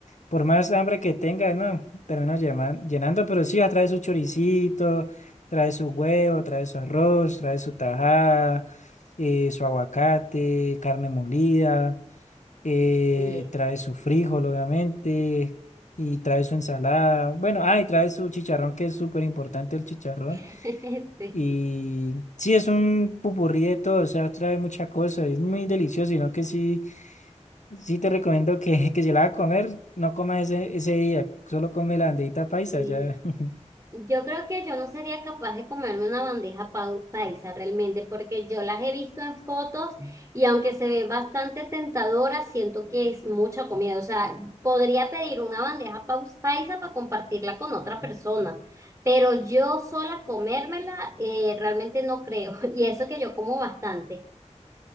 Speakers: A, on the left; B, on the right.
A: por más hambre que tenga, no, termino llenan- llenando, pero sí, trae su choricito, trae su huevo, trae su arroz, trae su tajada, eh, su aguacate, carne molida, eh,
B: Oye,
A: trae su frijol, obviamente, y trae su ensalada, bueno, ah, y trae su chicharrón, que es súper importante el chicharrón.
B: <laughs> sí.
A: Y sí, es un pupurrí de todo, o sea, trae mucha cosa, es muy delicioso, sino que sí. Sí te recomiendo que, <laughs> que si la vas a comer, no comas ese, ese día, solo come la banderita paisa
B: Sí.
A: ya. <laughs>
B: Yo creo que yo no sería capaz de comerme una bandeja pau- paisa realmente, porque yo las he visto en fotos y aunque se ve bastante tentadora, siento que es mucha comida. O sea, podría pedir una bandeja paus- paisa para compartirla con otra persona, pero yo sola comérmela eh, realmente no creo. <laughs> Y eso que yo como bastante.